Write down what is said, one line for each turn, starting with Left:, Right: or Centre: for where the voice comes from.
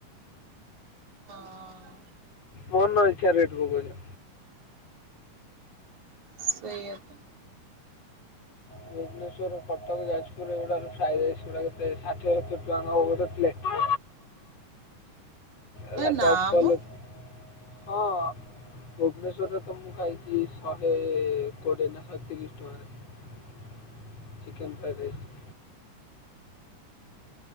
Right: ହଁ ହଁ।
Left: ମନ ଇଛାରେ ଢୁକୁଛୁ।
Right: ସେୟା ତ।
Left: ଭୁବନେଶ୍ୱର କଟକ ଯାଜପୁର ଏଗୁଡାର ଫ୍ରାଇ ରାଇସ୍ ଗୁଡା କେତେ ଷାଠିଏ ସତୁରୀ ଟଙ୍କା ନବ ଗୋଟେ ପ୍ଲେଟ୍। ଏରା
Right: ଏ ନା
Left: ଡବଲ,
Right: ମ
Left: ହଁ ଭୁବନେଶ୍ୱରରେ ତ ମୁଁ ଖାଇଛି ଶହେ କୋଡିଏ ନା ଶହେ ତିରିଶ ଟଙ୍କାରେ। Chicken fried rice.